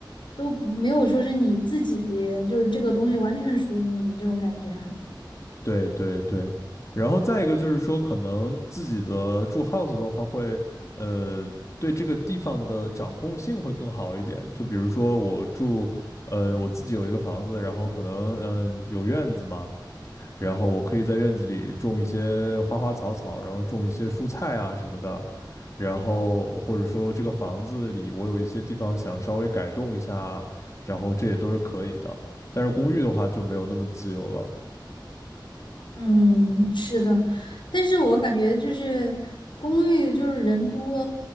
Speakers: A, on the left; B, on the left.
A: 都没有说是你自己，就是这个东西完全属于你这种感觉。
B: 对对对，然后再一个就是说，可能自己的住 house 的话会，呃，对这个地方的掌控性会更好一点。就比如说我住，呃，我自己有一个房子，然后可能嗯、呃有院子嘛，然后我可以在院子里种一些花花草草，然后种一些蔬菜啊什么的，然后或者说这个房子里我有一些地方想稍微改动一下啊，然后这也都是可以的。但是公寓的话就没有那么自由了。
A: 嗯，是的，但是我感觉就是公寓就是人多，